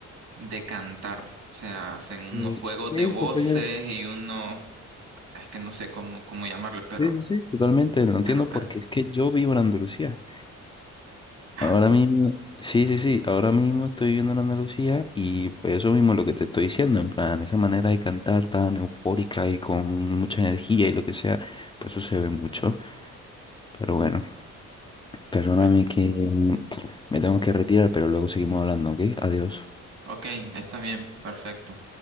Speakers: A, on the right (about 65°); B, on the left (about 15°).
A: de cantar. O sea, hacen unos
B: Pues
A: juegos
B: sí,
A: de voces
B: compañero.
A: y uno, es que no sé cómo, cómo llamarle, pero,
B: Sí, sí, sí. Totalmente, lo entiendo
A: pero can-
B: porque es que yo vivo en Andalucía.
A: Ah,
B: Ahora
A: tú.
B: mismo, sí, sí, sí, ahora mismo estoy viviendo en Andalucía y pues eso mismo es lo que te estoy diciendo, en plan, esa manera de cantar tan eufórica y con mucha energía y lo que sea, pues eso se ve mucho. Pero bueno, perdóname
A: Bueno,
B: que me tengo que retirar, pero luego seguimos hablando, ¿ok? Adiós.
A: ok, está bien, perfecto.